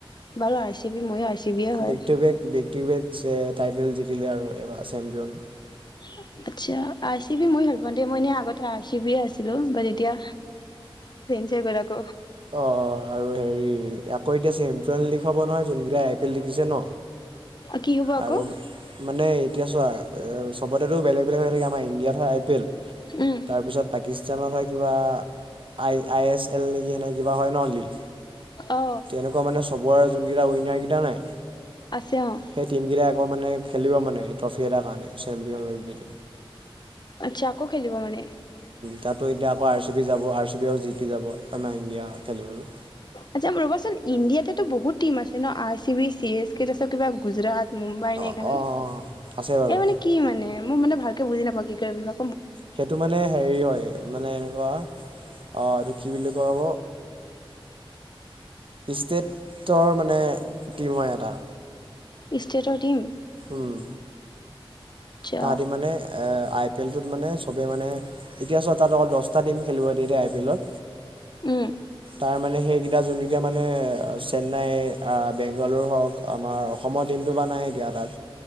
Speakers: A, on the left (about 50°); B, on the right (about 65°).
A: বাৰু আৰ চি বি ময়ো আই চি বিয়ে হয়
B: back to back back title জিকিলে আৰু আৰু চেম্পিয়ন
A: <unintelligible> আচ্ছা আই চি বি মই ভাল পাওঁ দে মইনেই আগত। আই চি বিয়ে আছিলো বাট এতিয়া চে ক'
B: অঁ আৰু হেৰি আকৌ এতিয়া চেম্পিয়ন লীগ হ'ব নহয় যোনকেইটা আই পি এল জিকিছে ন।
A: কি হ'ব আকৌ
B: আৰু মানে এতিয়া চোৱা চবতে বেলেগ বেলেগ হৈ থাকে আমাৰ ইণ্ডিয়াত হয় আই পি এল
A: উম
B: তাৰ পিছত পিস আইচিয়ামৰ কিবা আই আই এছ এল নেকি সেনে কিবা হয় ন লীগ
A: অ
B: তেনেকুৱা মানে চবৰে যোন কিবা উইনাৰকেইটা নাই
A: আছে অ
B: সেই টিম কেইটা আকৌ মানে খেলিব মানে ট্ৰফি এটাৰ কাৰণে চেম্পিয়ন লি
A: আচ্ছাক খেলিব মানে
B: তাতো এতিয়া আকৌ আৰ চি বি যাব আৰ চি পবি ও জিকি যাব আমাৰ ইণ্ডিয়া খেলিবলৈ।
A: আচ্ছা ৰ'বাচোন ইণ্ডিয়াতেতো বহুত টিম আছে ন I C B C S K ত আ কিবা গুজৰাট মুম্বাই
B: অঁ
A: নে এইখন
B: অঁ অঁ আছে বাৰু
A: এই মানে কি মানে মোৰ মান ভালকে বুজি নাপাও কি কাৰণে বা
B: সেইটো মানে হেৰি হয় মানে এনেকুৱা অ এইটো কি বুলি কব ষ্টেটৰ মানে টিম হয় এটা।
A: ষ্টেটৰ টিম
B: উম
A: আচ্ছা
B: তাহাঁতি মানে এ আই পি এলটোত মানে চবেই মানে এতিয়া চব তাত অকল দহ দষ্ট টিম খেলিব দিয়ে বিলত
A: উম
B: তাৰমানে সেইকেইটা যোনকেইটা মানে চেন্নাই বেংগালৰু হওক আমাৰ অসমৰ টীমটো বা নাই এতিয়া তাত